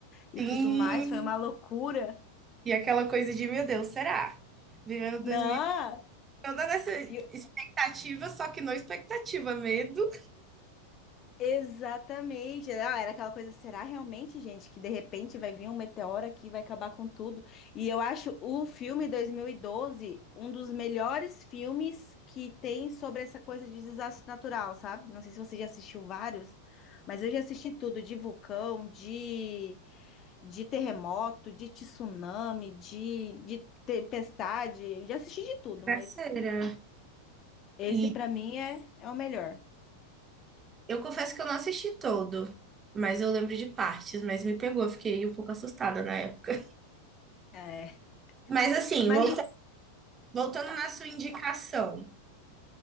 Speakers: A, on the left; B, on the right.
A: e
B: Sim,
A: tudo mais. Foi uma loucura.
B: e aquela coisa de, meu Deus, será? Vivendo
A: Não!
B: 2012, toda nessa
A: E,
B: expectativa, só que não expectativa, medo.
A: Exatamente. Ah, era aquela coisa, será realmente, gente, que de repente vai vir um meteoro aqui e vai acabar com tudo? E eu acho o filme 2012 um dos melhores filmes que tem sobre essa coisa de desastre natural, sabe? Não sei se você já assistiu vários, mas eu já assisti tudo, de vulcão, de, de terremoto, de tsunami, de, de tempestade, eu já assisti de tudo,
B: Bagaceira.
A: mas esse
B: E
A: pra mim é, é o melhor.
B: eu confesso que eu não assisti todo, mas eu lembro de partes, mas me pegou, eu fiquei um pouco assustada na época.
A: É.
B: Mas assim,
A: Mas,
B: volta- voltando na sua indicação,